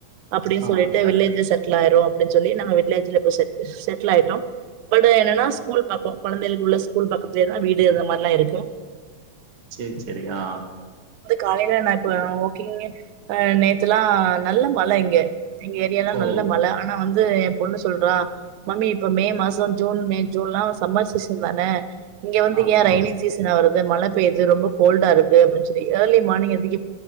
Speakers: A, on the right; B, on the right.
A: அப்டினு
B: ஆ
A: சொல்லிட்டு
B: கரெக்ட்
A: வில்லேஜ்ல செட்டில் ஆயிருவு அப்டினு சொல்லி நாங்க விட்லேஜ்ல போய் செட் செட்டில் ஆயிட்டோ பட என்னனா
B: ம்
A: ஸ்கூல் பக்கோ கொழந்தைகளுக்கு உள்ள ஸ்கூல் பக்கத்துலயே தா வீடு அந்த மாரில்லா இருக்கு
B: சேரி சேரி ஆ
A: காலேல நா அப்றோ ஓகேங்க ஆ நேத்துல்லா நல்ல மழ இங்க எங்க ஏரியால
B: ஓ
A: நல்ல மழ ஆனா வந்து என் பொண்ணு சொல்றா மம்மி இப்ப மே மாசோ ஜூன் மே ஜூன்ல்லா சம்மர் சீசன் தான இங்க வந்து
B: ஆமா
A: ஏ ரயினி சிசனா வரு மழை பெய்து ரொம்ப கோல்டா இருக்கு அப்டின்னு சொல்லி ஏர்லி மார்னிங் எந்தி